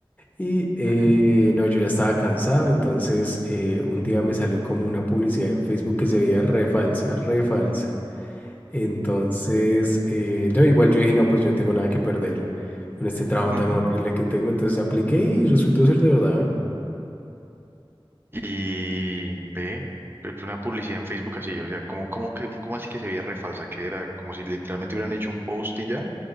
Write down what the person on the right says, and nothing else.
ujú,
ujú.
Y ve, ve, fue una publicidad en Facebook así, o sea, como, como que, como así que se veía re falsa, que era como si literalmente hubieran hecho un post y ya.